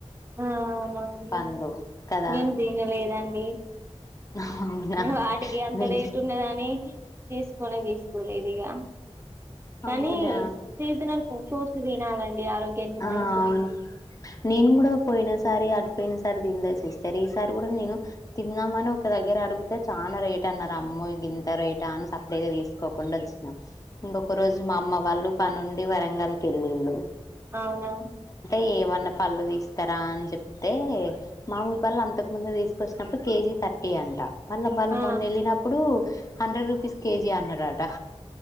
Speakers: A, on the right; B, on the left.
A: ఆ అవునండి
B: పండ్లు కదా
A: నేను తినలేదండి
B: అవునా
A: వాటికి అంత
B: మీ
A: రేటు ఉన్నదని తీసకొనే తీసుకోలేదు ఇగా కనీ
B: అవునా
A: సీజనల్ ఫ్రూట్స్ తినాలండి ఆరోగ్యానికి
B: ఆ
A: మంచిది
B: అవును నేను కూడా పోయిన సారి ఆపోయిన సారి తినలేసీ సరే ఈసారి కూడ నేను తిన్నామని ఒక దగ్గర అడుగుతే చాలా రేట్ అన్నారు అమ్మో గింత రేటా అన్ సప్పుడుగ్ తీసుకోకుండా వొచ్చిన ఇంకొక రోజు మా అమ్మ వాళ్ళు పన్ ఉండి వరంగల్ ఎల్లిల్లు
A: అవునా
B: ఏమన్నా పళ్ళు తీస్తర అని చెప్తే మామూలు పండ్లు అంతకు ముందు తీస్ వచ్చినప్పుడు కేజీ థర్టీ అంట మళ్ళా వాళ్ళు
A: ఆ
B: మొన్న వెళ్ళినప్పుడు హండ్రెడ్ రూపీస్ కేజీ అన్నడు ఆడు